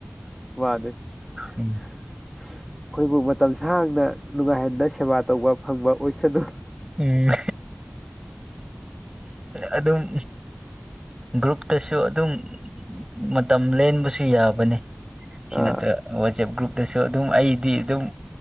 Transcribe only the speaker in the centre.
ꯋꯥꯗꯦ ꯑꯩꯈꯣꯏꯕꯨ
ꯃꯇꯝ ꯁꯥꯡꯅ ꯅꯨꯡꯉꯥꯏꯍꯟꯅ ꯁꯦꯕꯥ ꯇꯧꯕ ꯐꯪꯕ ꯑꯣꯏꯁꯅꯨ
ꯑꯥ